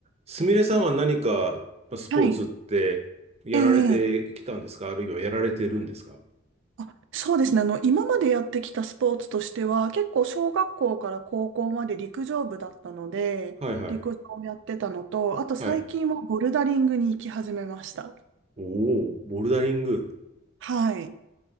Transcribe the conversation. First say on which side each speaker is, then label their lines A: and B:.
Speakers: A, on the right (about 30°); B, on the right (about 60°).
A: すみれさんは何かまあスポーツってやられてきたんですかあるいはやられてるんですか
B: はい。ええあ、そうですね。あの、今までやってきたスポーツとしては、結構小学校から高校まで陸上部だったので、
A: はいはい。
B: 陸上をやってたのと、あと最近はボルダリングに行き始めました。
A: はい。おお、ボルダリング。
B: はい。